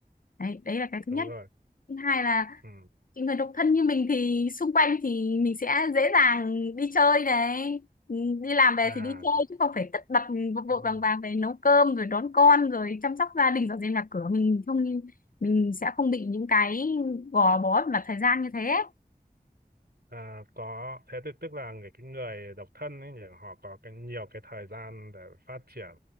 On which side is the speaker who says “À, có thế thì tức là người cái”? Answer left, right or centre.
Right